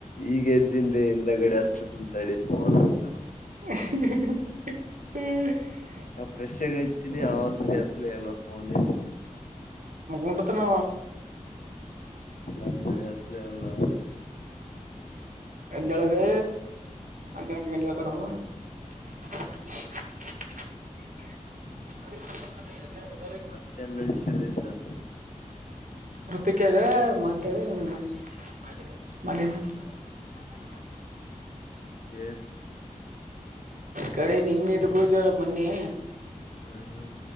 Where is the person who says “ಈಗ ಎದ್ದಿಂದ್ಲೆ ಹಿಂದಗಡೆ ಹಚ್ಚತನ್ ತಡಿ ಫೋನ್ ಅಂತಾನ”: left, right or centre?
Left